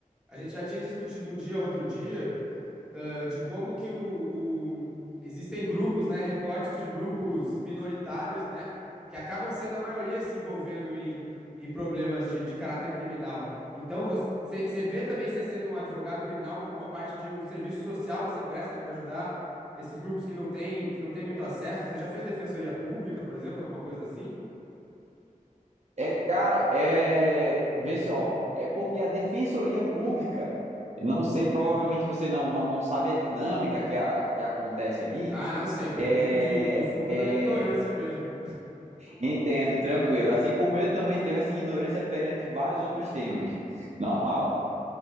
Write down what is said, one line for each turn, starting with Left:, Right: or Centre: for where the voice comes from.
Centre: a gente já tinha discutido um dia, outro dia, ah, de como que o, o- existem grupos, né, recortes de grupos minoritários, né, que acabam sendo a maioria se envolvendo em, em problemas de, de caráter criminal. Então, você você vê também você sendo um advogado criminal como uma parte de um serviço social que você presta para ajudar esses grupos que não têm que não têm muito acesso. Você já fez defensoria pública, por exemplo, alguma coisa assim?
Right: É, cara, é. Vê só, é porque a Defensoria Pública, não sei, provavelmente você não, não, não sabe a dinâmica que, a, que acontece ali.
Centre: Ah, não sei. Pergunto
Right: É,
Centre: de, do fundo
Right: é,
Centre: da ignorância mesmo.
Right: entendo, tranquilo. Assim como eu também tenho essa ignorância perante vários outros temas. Normal.